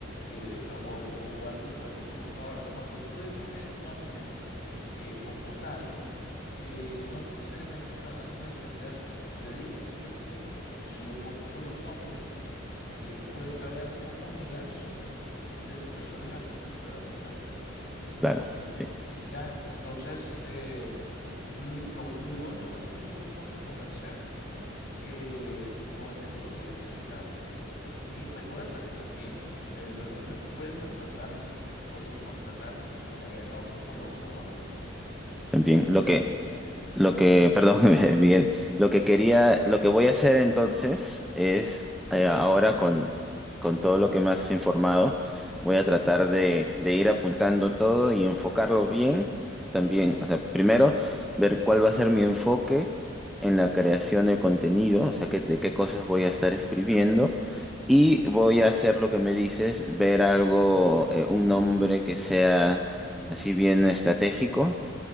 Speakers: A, on the left; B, in the centre.
A: eh, a- o, o- o algo por el estilo. Ahora, cuando tú dejas el nombre eh, como tal, eh, no necesariamente está dando a entender a qué te dedicas. ¿Por qué? Porque si yo pongo solo mi nombre, eh, pueden haber un universo de situaciones a los que se puede aplicar.
B: Claro, sí.
A: En- ya, en- entonces, eh, lo, lo- lo idóneo es definir un nombre comercial eh, con el que te vas a identificar y recuerda que también eventualmente tú puedes contratar o subcontratar eh, a otros colaboradores.
B: También
A: Entonces,
B: lo que, Lo que, perdón, <laughs> Miguel, lo que quería, lo que voy a hacer entonces es, eh, ahora con, con todo lo que me has informado, voy a tratar de, de ir apuntando todo y enfocarlo bien también. O sea, primero, ver cuál va a ser mi enfoque en la creación de contenido, o sea, que- de qué cosas voy a estar escribiendo. Y voy a hacer lo que me dices, ver algo, eh, un nombre que sea así bien estratégico